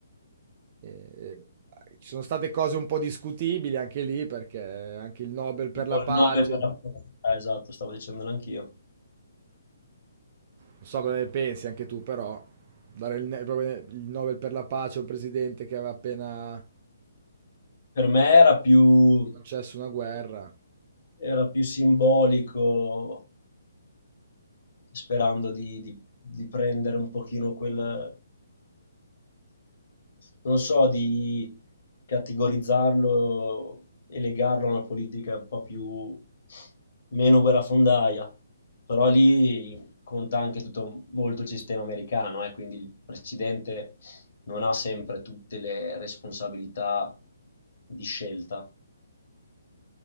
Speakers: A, on the right; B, on the left.
A: Eh, ci sono state cose un po' discutibili anche lì, perché anche il Nobel per
B: Tipo
A: la pace.
B: il 9 per la... eh, esatto, stavo dicendolo anch'io.
A: Non so cosa ne pensi anche tu, però dare il, ne- proprio il Nobel per la pace a un presidente che aveva appena
B: Per me era più,
A: concesso una guerra.
B: era più simbolico, sperando di, di- di prendere un pochino quel, non so, di categorizzarlo e legarlo a una politica un po' più meno guerrafondaia. Però lì conta anche tutto molto il sistema americano, eh, quindi il presidente non ha sempre tutte le responsabilità di scelta.